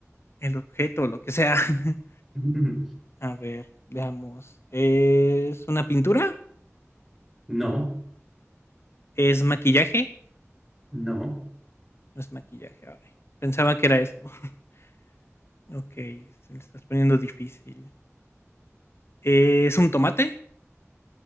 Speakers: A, on the left (about 55°); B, in the centre.
A: el objeto, o lo que sea. <laughs>
B: <laughs>
A: A ver, veamos, ¿es una pintura?
B: No,
A: ¿Es maquillaje?
B: no.
A: No es maquillaje. ay, Pensaba que era eso. <laughs> Ok, se me estás poniendo difícil. ¿Es un tomate?